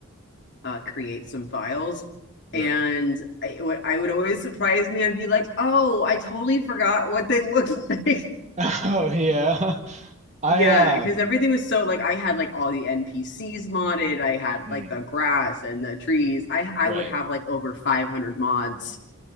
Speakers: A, on the left; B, on the right.
A: uh create some files
B: right.
A: and I, what I would always surprise me. I'd be like, "Oh, I totally forgot what they looked like." <laughs>
B: <laughs> Oh yeah. I
A: Yeah,
B: um,
A: because everything was so like I had like all the NPCs modded. I had
B: mhm,
A: like the grass and the trees. I I
B: right.
A: would have like over 500 mods